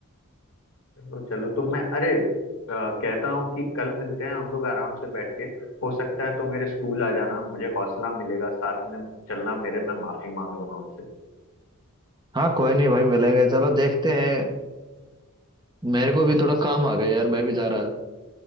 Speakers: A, on the left; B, on the right.
A: चलो चलो तो मैं अरे अ, कहता हूँ कि कल मिलते हैं हम लोग आराम से बैठ के हो सकता है तो मेरे स्कूल आ जाना मुझे हौसला मिलेगा साथ में चलना मेरे मैं माफी मांग लूंगा उनसे
B: हाँ कोई नहीं भाई मिलेंगे चलो देखते हैं मेरे को भी थोड़ा काम आ गया यार मैं भी जा रहा